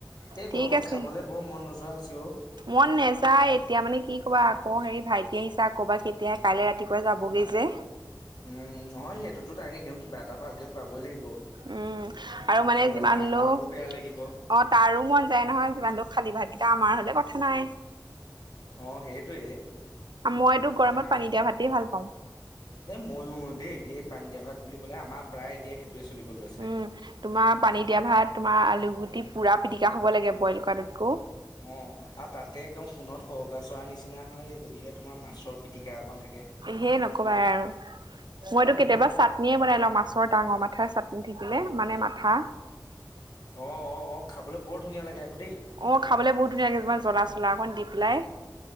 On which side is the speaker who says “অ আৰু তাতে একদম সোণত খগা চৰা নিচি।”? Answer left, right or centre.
Left